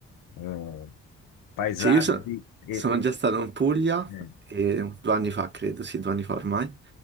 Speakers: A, on the left; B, on the right.
A: eh, paesaggi
B: Sì, io so-
A: e,
B: sono
A: e-
B: già stato in Puglia
A: eh.
B: e due anni fa, credo, sì, due anni fa ormai.